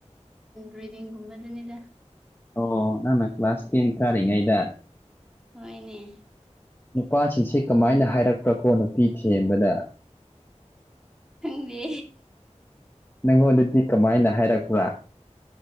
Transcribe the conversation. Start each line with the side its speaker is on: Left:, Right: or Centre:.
Centre: ꯔꯤꯗꯤꯡ ꯒꯨꯝꯕꯗꯅꯦꯗ
Left: ꯑꯣ ꯅꯪꯅ ꯀ꯭ꯂꯥꯁ ꯇꯦꯟ ꯀꯔꯤꯉꯩꯗ
Centre: ꯍꯣꯏꯅꯦ
Left: ꯅꯨꯄꯥꯁꯤꯡꯁꯦ ꯀꯃꯥꯏꯅ ꯍꯥꯏꯔꯛꯄ꯭ꯔꯀꯣ ꯅꯨꯄꯤ ꯊꯦꯝꯕꯗ
Centre: ꯈꯪꯗꯦ
Left: ꯅꯪꯉꯣꯟꯗꯗꯤ ꯀꯃꯥꯏꯅ ꯍꯥꯏꯔꯛꯄ꯭ꯔꯥ